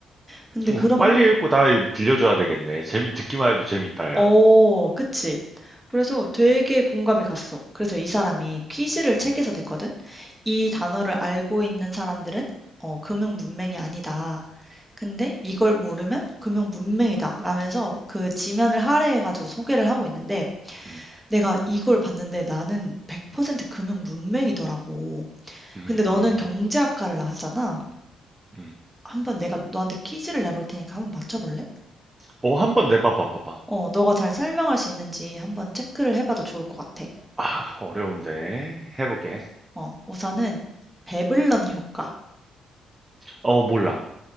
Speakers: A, in the centre; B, on the right (about 20°).
A: 근데
B: 우-
A: 그런
B: 빨리 읽고 다 빌려줘야 되겠네. 재미, 듣기만 해도 재밌다, 야.
A: 어 그치. 그래서 되게 공감이 갔어. 그래서 이 사람이 퀴즈를 책에서 냈거든. 이 단어를 알고 있는 사람들은 어, 금융 문맹이 아니다. 근데 이걸 모르면 금융 문맹이다. 라면서 그 지면을 할애해가지고 소개를 하고 있는데
B: 음,
A: 내가 이걸 봤는데 나는 100% 금융 문맹이더라고.
B: 음,
A: 근데 너는 경제학과를 나왔잖아.
B: 음.
A: 한번 내가 너한테 퀴즈를 내볼 테니까 한번 맞춰볼래?
B: 어, 한번 내봐, 봐봐봐.
A: 어, 너가 잘 설명할 수 있는지 한번 체크를 해봐도 좋을 것 같아.
B: 아, 어려운데. 해볼게.
A: 어, 우선은 배블런 효과.
B: 어, 몰라.